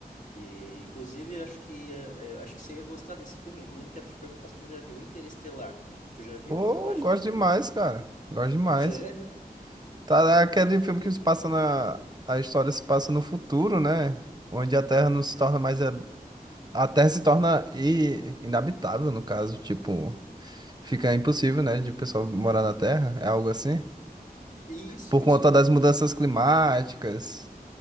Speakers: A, on the left (about 55°); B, on the right (about 25°).
A: E, inclusive, acho que, eh, eh, acho que você ia gostar desse filme, inclusive quero te perguntar se tu já viu Interestelar. Que- Tu já viu?
B: Pô,
A: O que tu acha
B: gosto
A: desse
B: demais,
A: filme?
B: cara. Gosto demais.
A: Sério?
B: Tá, é aquele filme que se passa na. A história se passa no futuro, né? Onde a Terra não se torna mais. A, a Terra se torna i- inabitável, no caso. Tipo, fica impossível, né, de o pessoal morar na Terra. É algo assim.
A: Isso,
B: Por
A: isso
B: conta
A: mesmo.
B: das mudanças
A: né?
B: climáticas.